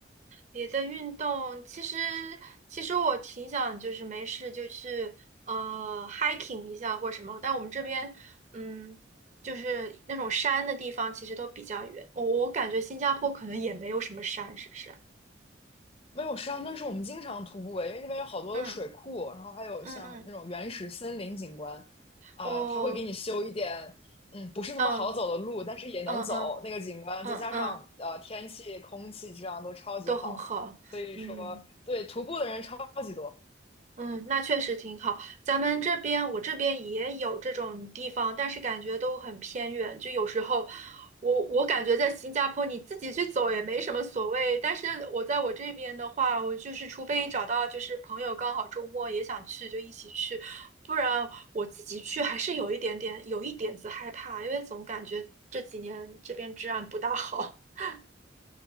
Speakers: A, on the right; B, on the left.
A: 别的运动其实其实我挺想就是没事就去呃 hiking 一下或什么，但我们这边嗯就是那种山的地方其实都比较远。我我感觉新加坡可能也没有什么山，是不是？
B: 没有，实际上那是我们经常徒步诶因为那边有好多的水库，
A: 嗯
B: 然后还有像那种原始森林景观，
A: 嗯嗯，
B: 啊、
A: 哦，
B: 它会给你修一点，嗯，不是那么好走的路，
A: 嗯
B: 但是也能走那个景观，
A: 嗯嗯嗯嗯，
B: 再加上呃天气、空气质量都超级好，
A: 都很好。
B: 所以说对徒步的人超级多。
A: 嗯。嗯，那确实挺好。咱们这边，我这边也有这种地方，但是感觉都很偏远。就有时候，我我感觉在新加坡你自己去走也没什么所谓，但是我在我这边的话，我就是除非找到就是朋友刚好周末也想去，就一起去，不然我自己去还是有一点点有一点子害怕，因为总感觉这几年这边治安不大好。<laughs>